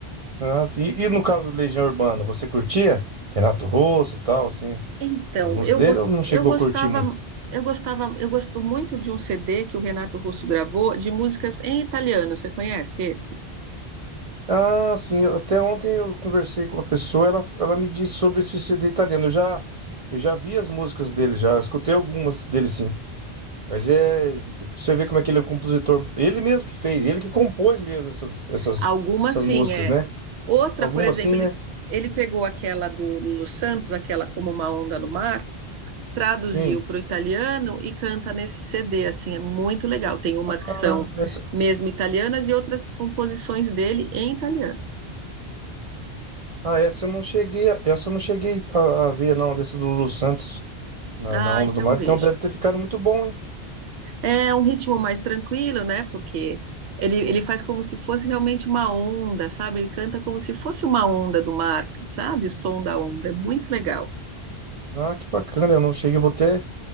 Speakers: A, on the right (about 45°); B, on the right (about 85°).
A: ah, sim. E no caso do Legião Urbana, você curtia? Renato Russo e tal, assim.
B: Então,
A: As músicas
B: eu, gos-
A: dele eu não
B: eu
A: chegou
B: gostava,
A: a curtir muito.
B: eu gostava, eu gosto muito de um CD que o Renato Russo gravou de músicas em italiano. Você conhece esse?
A: Ah, sim, eu- até ontem eu conversei com uma pessoa, ela, ela me disse sobre esse CD italiano. Eu já, eu já vi as músicas dele, já escutei algumas dele sim. Mas é, pra você ver como é que ele é um compositor. Ele mesmo que fez, ele que compôs mesmo essas, essas,
B: Algumas
A: essas
B: sim,
A: músicas,
B: é.
A: né?
B: Outra,
A: Algumas
B: por exemplo,
A: sim, né?
B: ele, ele pegou aquela do Lulu Santos, aquela Como uma Onda no Mar, traduziu
A: Sim.
B: para o italiano e canta nesse CD, assim, é muito legal. Tem umas que
A: Ah,
B: são
A: essa,
B: mesmo italianas e outras composições dele em italiano.
A: ah, essa eu não cheguei, a- essa eu não cheguei a, a ver, não, dessa do Lulu Santos na,
B: Ah,
A: na Onda
B: então
A: do Mar.
B: veja.
A: Então deve ter ficado muito bom, hein?
B: É um ritmo mais tranquilo, né? Porque ele, ele faz como se fosse realmente uma onda, sabe? Ele canta como se fosse uma onda do mar, sabe? O som da onda. É muito legal.
A: Ah, que bacana, eu não cheguei, eu vou até.